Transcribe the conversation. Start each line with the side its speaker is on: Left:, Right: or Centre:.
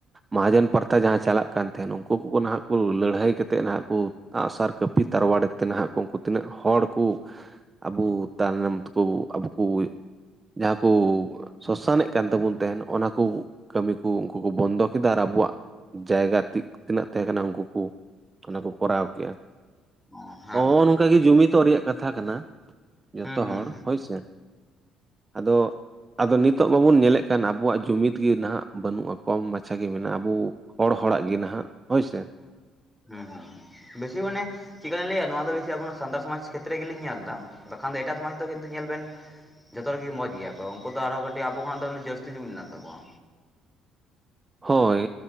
Right: ᱢᱟᱦᱟᱡᱚᱱ ᱯᱟᱨᱛᱷᱟ ᱡᱟᱦᱟᱸ ᱪᱟᱞᱟᱜ ᱠᱟᱱ ᱛᱟᱦᱮᱱ ᱩᱱᱠᱩ ᱠᱚᱠᱚ ᱱᱟᱜ ᱠᱚ ᱞᱟᱹᱲᱦᱟᱹᱭ ᱠᱟᱛᱮᱫ ᱱᱟᱦᱟᱜ ᱠᱚ ᱟᱸᱜ ᱥᱟᱨ ᱠᱟᱹᱯᱤ ᱛᱟᱨᱣᱟᱲᱮ ᱛᱮ ᱱᱟᱦᱟᱜ ᱠᱚ ᱩᱱᱠᱩ ᱛᱤᱱᱟᱹᱜ ᱦᱚᱲ ᱠᱩ ᱟᱵᱚ ᱛᱟᱭᱱᱚᱢ ᱛᱮᱠᱚ ᱟᱵᱚ ᱠᱩᱡ ᱡᱟᱦᱟᱸ ᱠᱚ ᱥᱚᱥᱟᱱᱮᱫ ᱠᱟᱱ ᱛᱟᱵᱚᱱ ᱛᱟᱦᱮᱱ ᱚᱱᱟ ᱠᱩ ᱠᱟᱹᱢᱤ ᱠᱩ ᱩᱱᱠᱩ ᱠᱚ ᱵᱚᱱᱫᱚ ᱠᱮᱫᱟ ᱟᱨ ᱟᱵᱚᱣᱟᱜ ᱡᱟᱭᱜᱟ ᱛᱤᱱᱟᱹᱜ ᱛᱟᱦᱮᱸ ᱠᱟᱱᱟ ᱩᱱᱠᱩ ᱠᱚ ᱚᱱᱟ ᱠᱚ ᱠᱚᱨᱟᱣ ᱠᱮᱜᱼᱟ
Centre: ᱚ ᱦᱮᱸ
Right: ᱦᱚᱸᱜᱼᱚ
Centre: ᱢᱟ
Right: ᱱᱚᱝᱠᱟᱜᱮ ᱡᱩᱢᱤᱫᱚᱜ ᱨᱮᱭᱟᱜ ᱠᱟᱛᱷᱟ ᱠᱟᱱᱟ ᱡᱚᱛᱚ
Centre: ᱦᱩᱸ ᱦᱩᱸ
Right: ᱦᱚᱲ
Centre: ᱦᱩᱸ
Right: ᱦᱳᱭᱥᱮ ᱟᱫᱚ ᱟᱫᱚ ᱱᱤᱛᱚᱜ ᱵᱟᱵᱚᱱ ᱧᱮᱞᱮᱫ ᱠᱷᱟᱱ ᱟᱵᱚᱣᱟᱜ ᱡᱩᱢᱤᱫ ᱜᱮ ᱱᱟᱦᱟᱜ ᱵᱟᱹᱱᱩᱜᱼᱟ ᱠᱚᱢ ᱢᱟᱪᱷᱟ ᱜᱮ ᱢᱮᱱᱟᱜᱼᱟ ᱟᱵᱩ ᱦᱚᱲ ᱦᱚᱲᱟᱜ ᱜᱮ ᱱᱟᱦᱟᱜ ᱦᱳᱭ ᱥᱮ
Centre: <unintelligible> ᱦᱩᱸ ᱵᱮᱥᱤ ᱢᱟᱱᱮ ᱪᱤᱫᱞᱮᱠᱟᱞᱤᱧ ᱞᱟᱹᱭᱟ ᱱᱚᱣᱟ ᱫᱚ ᱵᱮᱥᱤ ᱟᱵᱚ ᱱᱚᱶᱟ ᱥᱟᱱᱛᱟᱲ ᱥᱚᱢᱟᱡᱽ ᱠᱷᱮᱛᱨᱮ ᱜᱮᱞᱤᱧ ᱧᱮᱞᱫᱟ ᱵᱟᱠᱷᱟᱱ ᱫᱚ ᱮᱴᱟᱜ ᱥᱚᱢᱟᱡᱽ ᱫᱚ ᱠᱤᱱᱛᱩ ᱧᱮᱞ ᱵᱮᱱ ᱡᱚᱛᱚ ᱨᱮᱜᱮ ᱢᱚᱡᱽ ᱜᱮᱭᱟᱠᱚ ᱩᱝᱠᱩ ᱫᱚ ᱟᱨᱚᱸ ᱠᱟᱹᱴᱤᱡ ᱟᱵᱚ ᱠᱷᱚ ᱫᱚ ᱡᱟᱹᱥᱛᱤ ᱡᱩᱢᱤᱫ ᱢᱮᱱᱟᱜ ᱛᱟᱠᱚᱣᱟ
Right: ᱦᱳᱭ